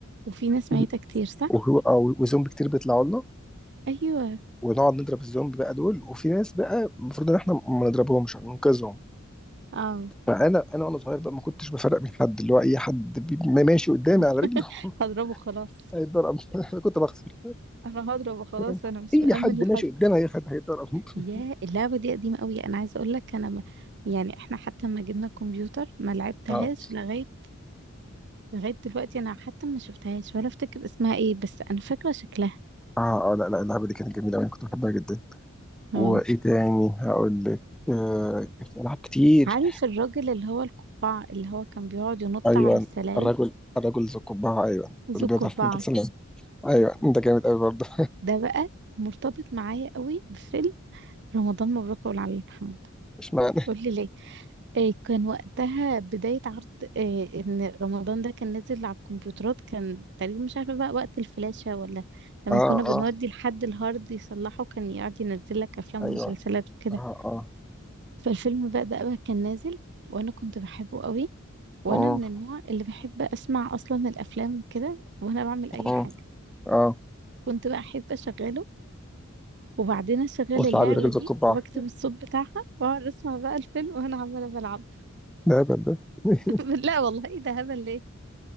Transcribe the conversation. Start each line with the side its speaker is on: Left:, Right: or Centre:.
Right: وفي ناس
Centre: و-
Right: ميته كتير صح
Centre: وهو أو وزومبي كتير بيطلعوا لنا
Right: ايوه
Centre: ونقعد نضرب الزومبي بقى دول وفي ناس بقى المفروض ان احنا ما نضربهمش ننقذهم
Right: اه
Centre: فانا انا وانا صغير بقى ما كنتش بفرق بين حد اللي هو اي حد بي- ما ماشي قدامي
Right: <laughs>
Centre: على رجله <laughs>
Right: هضربه خلاص
Centre: هيتضرب انا كنت بخسر
Right: انا هضربه خلاص
Centre: <laughs>
Right: انا مش
Centre: اي
Right: مأمن
Centre: حد
Right: لحد
Centre: ماشي قدامي هي حد هيتضرب
Right: يا
Centre: <laughs>
Right: اللعبة دي قديمة قوي انا عايزة اقول لك انا ما يعني احنا حتى ما جبنا الكمبيوتر ما لعبتهاش
Centre: اه
Right: لغاية لغاية دلوقتي انا حتى ما شفتهاش ولا افتكر اسمها ايه بس انا فاكرة شكلها
Centre: اه اه لا لا اللعبه دي كانت جميله أوي، انا كنت بحبها جدا وايه
Right: اه
Centre: تاني هقول لك آه في العاب كتير
Right: عارف الراجل اللي هو القبعة اللي هو كان بيقعد ينط
Centre: ايوه
Right: على السلالم
Centre: الرجل الرجل ذو القبعه ايوه
Right: ذو
Centre: اللي بيضعف
Right: القبعة
Centre: في المدرسه ايوه انت جامد قوي برضه
Right: ده بقى مرتبط معايا قوي بفيلم رمضان مبروك أبو العلي محمود
Centre: <laughs> اشمعنى
Right: قول لي ليه إيه كان وقتها بداية عرض إيه إن رمضان ده كان نازل على الكمبيوترات كان تقريبا مش عارفة بقى وقت الفلاشة ولا لما
Centre: اه
Right: كنا بنودي
Centre: اه
Right: لحد الهارد يصلحه كان يقعد ينزل لك أفلام
Centre: ايوه
Right: ومسلسلات وكده
Centre: اه اه
Right: فالفيلم بقى ده بقى كان نازل وأنا كنت بحبه قوي وأنا
Centre: اه
Right: من النوع اللي بحب أسمع أصلا الأفلام وكده وأنا بعمل أي
Centre: اه
Right: حاجة
Centre: اه
Right: كنت بقى أحب أشغله وبعدين أشغل
Centre: قلت
Right: اللعبة
Centre: لعبي راجل
Right: دي
Centre: ذو القبعة
Right: وأكتب الصوت بتاعها وأقعد أسمع بقى الفيلم وأنا عمالة بلعب
Centre: <laughs> ده هبل ده <laughs>
Right: <laughs> لا والله إيه ده هبل ليه